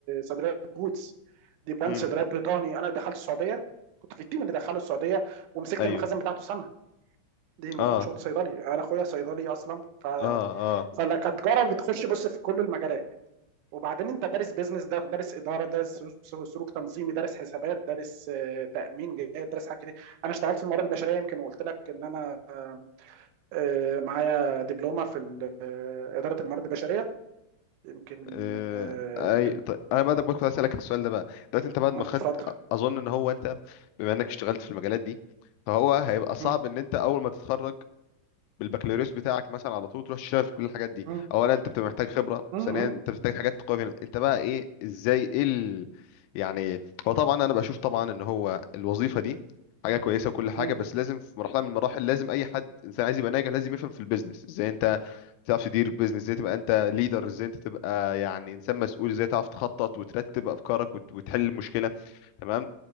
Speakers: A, on the right; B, on the left.
A: صيدليه بوتس دي براند
B: امم
A: صيدليات بريطاني انا دخلت السعوديه كنت في التيم اللي دخله السعوديه ومسكت
B: ايوه
A: المخازن بتاعته سنه دي المفروض
B: اه
A: شغل صيدلي انا اخويا صيدلي اصلا ف...
B: اه اه
A: فكتجاره بتخش بص في كل المجالات وبعدين انت دارس بيزنس دارس اداره دارس سلوك تنظيمي دارس حسابات دارس آه، تامين جهات دارس حاجات كتير انا اشتغلت في الموارد البشريه يمكن وقلت لك ان انا آه، آه، معايا دبلومه في ال- آه، اداره الموارد البشريه يمكن
B: آه،
A: آه،
B: اي
A: كانت
B: طيب انا بقى كنت عايز اسالك السؤال ده بقى دلوقتي انت بعد ما
A: اتفضل
B: خدت اظن ان هو انت بما انك اشتغلت في المجالات دي فهو هيبقى صعب
A: مم،
B: ان انت اول ما تتخرج بالبكالوريوس بتاعك مثلا على طول تروح تشتغل في كل الحاجات دي
A: مم،
B: اولا انت بتبقى محتاج خبره
A: مم،
B: ثانيا
A: مم،
B: انت بتحتاج حاجات تقوي فيها انت بقى ايه ازاي ايه ال... يعني هو طبعا انا بشوف طبعا ان هو الوظيفه دي حاجه كويسه وكل حاجه
A: مم.
B: بس لازم في مرحله من المراحل لازم اي حد انسان عايز يبقى ناجح لازم يفهم في البيزنس ازاي انت تعرف تدير بيزنس ازاي تبقى انت ليدر ازاي انت تبقى يعني انسان مسؤول ازاي تعرف تخطط وترتب افكارك وت- وتحل المشكله تمام